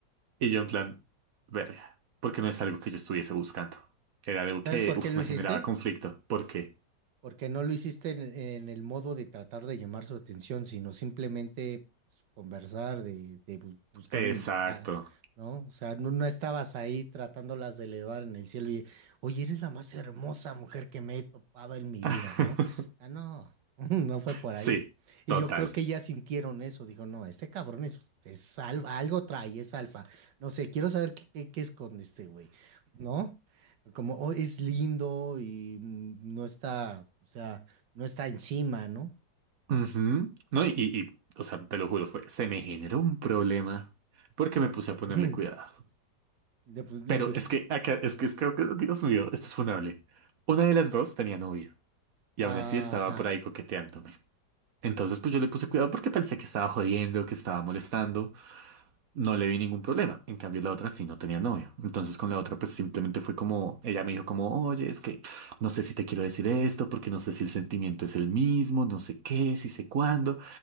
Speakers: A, on the right (about 55°); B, on the right (about 75°).
A: Y yo en plan, verga, porque no es algo que yo estuviese buscando. Era algo que,
B: ¿Sabes por
A: uff,
B: qué lo
A: me
B: hiciste?
A: generaba conflicto. ¿Por qué?
B: Porque no lo hiciste en, en el modo de tratar de llamar su atención, sino simplemente pues, conversar, de, de bu- buscar
A: Exacto.
B: un... ah, ¿no? O sea, no, no estabas ahí tratándolas de elevar en el cielo y, oye, eres la más hermosa mujer que me he topado en mi
A: <laughs>
B: vida, ¿no? Ah, no, <laughs> no fue por
A: Sí,
B: ahí. Y
A: total.
B: yo creo que ellas sintieron eso, dijo, no, este cabrón es, es alfa, algo trae, es alfa. No sé, quiero saber qué, qué, qué esconde este güey, ¿no? Como "Oh, es lindo y mm, no está, o sea, no está encima, ¿no?
A: Ujú. No, y, y, y, o sea, te lo juro, fue, se me generó un problema porque me puse a ponerle
B: Ujú.
A: cuidado.
B: Le, pus- le
A: Pero
B: pusiste.
A: es que, acá, es que, es que, Dios mío, esto es funable. Una de las dos tenía novio y
B: Ajá.
A: aún así estaba por ahí coqueteándome. Entonces, pues yo le puse cuidado porque pensé que estaba jodiendo, que estaba molestando. no le vi ningún problema. En cambio, la otra sí no tenía novio. Entonces con la otra pues simplemente fue como, ella me dijo como, oye, es que no sé si te quiero decir esto, porque no sé si el sentimiento es el mismo, no sé qué, si sé cuándo.